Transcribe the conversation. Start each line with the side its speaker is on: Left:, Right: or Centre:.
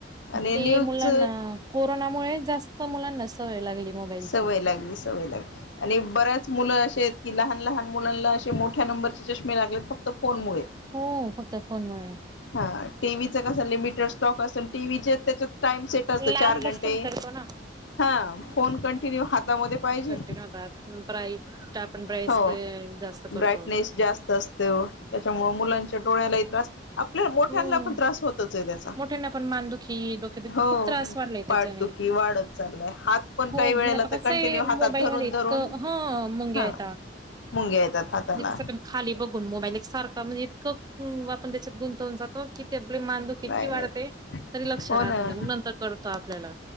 Left: आणि
Right: ते
Left: न्यूज
Right: मुलांना कोरोनामुळे जास्त मुलांना सवय लागली मोबाईलची.
Left: सवय लागली सवय लागली. आणि बऱ्याच मुलं असे आहेत की लहान लहान मुलांना असे मोठ्या नंबर- चे चष्मे लागलेयत फक्त फोन मुळे.
Right: हो फक्त फोनमुळे.
Left: हां. टीव्हीच कस लिमिटेड स्टॉक असेल - टीव्हीचे त्याच्यात टाइम सेट असतो
Right: लांब
Left: चार घंटे.
Right: बसून करतो ना
Left: हा. फोन कंटिन्यू हातामध्ये पाहिजे.
Right: कंटिन्यू आता ब्राईट आपण ब्राईस
Left: हो
Right: जास्त करतो.
Left: ब्राईटनेस - जास्त असतो. त्याच्यामुळ मुलांच्या डोळ्यालाही त्रास- आपल्या मोठ्यांना
Right: हम्म
Left: पण त्रास होतच आहे त्याचा.
Right: मोठ्यांना पण मानदुखी डोकेदुखी
Left: हो
Right: खूप त्रास वाढलाय त्याच्याने.
Left: पाठ दुख - खी वाढत चाललय. हात- पण
Right: हो
Left: काही
Right: म्हणजे
Left: वेळेला
Right: आता
Left: ते
Right: कसं
Left: कंटिन्यू
Right: आहे
Left: हातात
Right: मोबाईल
Left: धरून
Right: मध्ये इतकं
Left: धरून,
Right: ह मुंग्या
Left: हा.
Right: येता.
Left: मुंग्या येतात हाताला.
Right: म्हणजे कसं पण खाली बघून मोबाईल एक सारखा म्हणजे इतकं आपण त्याच्यात गुंतवून जातो. कि ते आपली मानदुखी
Left: नाही
Right: इतकी वाढते
Left: नाही
Right: तरी लक्ष
Left: हो
Right: राहत
Left: ना
Right: नाही. मग नंतर कळत आपल्याला.